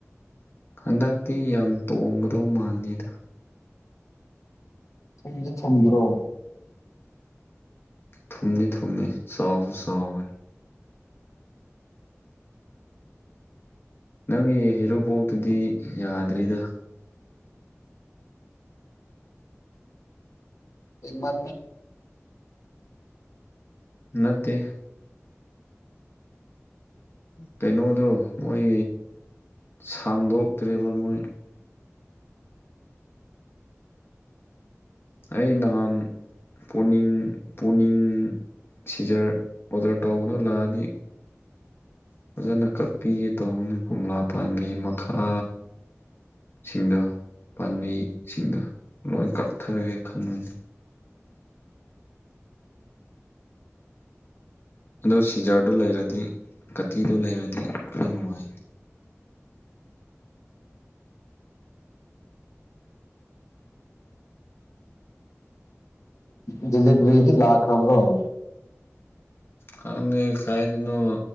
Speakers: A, on the left; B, on the left.
A: ꯍꯟꯗꯛꯇꯤ ꯌꯥꯝ ꯇꯣꯡꯒꯗꯧ ꯃꯥꯥꯟꯜꯂꯤꯦꯗ
B: ꯊꯝꯗꯤ ꯊꯝꯗ꯭ꯔꯣ
A: ꯊꯨꯝꯅꯤ ꯊꯨꯝꯅꯤ ꯆꯥꯎꯁꯨ ꯆꯥꯎꯋꯦ ꯅꯪꯒꯤ ꯍꯦꯔꯣꯄꯣꯛꯇꯨꯗꯤ ꯌꯥꯗ꯭ꯔꯔꯤꯗ
B: ꯃ
A: ꯅꯠꯇꯦ ꯀꯩꯅꯣꯗꯣ ꯃꯣꯏ ꯁꯥꯡꯗꯣꯛꯇ꯭ꯔꯦꯕ ꯃꯣꯏ ꯑꯩ ꯅꯍꯥꯟ ꯄꯨꯅꯤꯡ ꯄꯨꯛꯅꯤꯡ ꯁꯤꯖꯔ ꯑꯣꯗꯔ ꯇꯧꯕꯗꯣ ꯂꯥꯛꯑꯗꯤ ꯐꯖꯅ ꯀꯛꯄꯤꯒꯦ ꯇꯧꯕꯅꯤ ꯀꯣꯝꯂꯥ ꯄꯥꯝꯕꯤ ꯃꯈꯥ ꯁꯤꯡꯗꯣ ꯄꯥꯝꯕꯤꯁꯤꯡꯗ ꯂꯣꯏ ꯀꯛꯊꯔꯒꯦ ꯈꯟꯕꯅꯤ ꯑ ꯁꯤꯖꯔꯗꯨ ꯂꯩꯔꯗꯤ ꯀꯇꯤꯗꯨ ꯂꯩꯔꯗꯤ ꯄꯨꯔ ꯅꯨꯡꯉꯥꯏꯅꯤ
B: ꯗꯤꯂꯤꯕꯔꯤ ꯂꯥꯛꯈ ꯔꯣꯕꯔꯣ
A: ꯈꯪꯗꯦ ꯀꯥꯏꯗꯅꯣ